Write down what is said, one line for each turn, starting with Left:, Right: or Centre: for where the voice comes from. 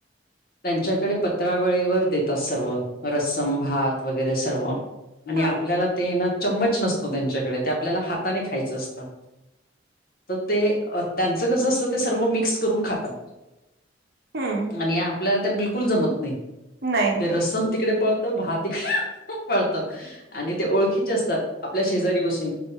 Left: त्यांच्याकडे पत्रावळीवर देतात सर्व रस्सम भात वगैरे सर्व. आणि
Right: हा
Left: आपल्याला ते ना चम्मच नसतो त्यांच्याकडे ते आपल्याला हाताने खायचं असतं. तर ते त्यांचं कसं असतं ते सर्व मिक्स करून खातात.
Right: हम्म
Left: आणि आपल्याला ते बिलकुल जमत नाही
Right: नाही नाही
Left: ते रसम तिकडे पळतं भात तिकडे पळत आणि ते ओळखीचे असतात आपल्या शेजारी बसून